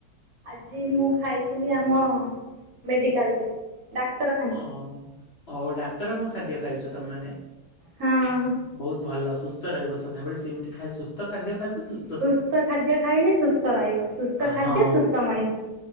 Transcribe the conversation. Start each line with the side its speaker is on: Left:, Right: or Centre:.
Right: ଆଜି ମୁଁ ଖାଇଥିଲି ଆମ ମେଡିକାଲରେ। ଡାକ୍ତରଖା
Left: ଓହୋ ହଉ ଡାକ୍ତରଙ୍କ ଖାଦ୍ୟ ଖାଇଛ ତମାନେ
Right: ହଁ
Left: ବହୁତ ଭଲ ସୁସ୍ଥ ରହିବ ସଧାବେଳେ ସେମିତି ଖାଇ ସୁସ୍ଥ ଖାଦ୍ୟ ଖାଇବ ସୁ
Right: ସୁସ୍ଥ ଖାଦ୍ୟ ଖାଇଲେ ସୁସ୍ଥ ରହିବ। ସୁସ୍ଥ ଖାଦ୍ୟ
Left: ହଁ
Right: ସୁସ୍ଥ ମଣିଷ।